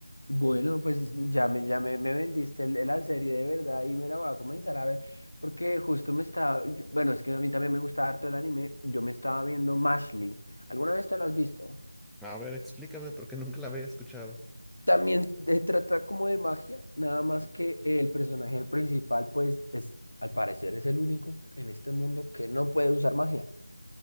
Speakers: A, on the left; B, in the centre.
A: Bueno, pues ya me, ya me, me vendiste el- la serie de verdad y me la voy a comenzar a ver. Porque justo me estaba. yo- bueno, es que a mí también me gusta harto el anime. Yo me estaba viendo Mashley. ¿Alguna vez te lo has visto?
B: A ver, explícame porque nunca la había escuchado.
A: También de- trata como de magia, nada más que el personaje principal, pues, es, al parecer es el único en este mundo que no puede usar magia.